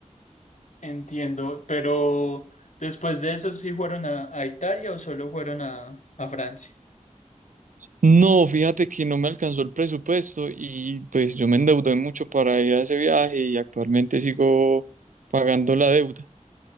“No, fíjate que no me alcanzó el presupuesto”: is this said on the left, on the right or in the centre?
Right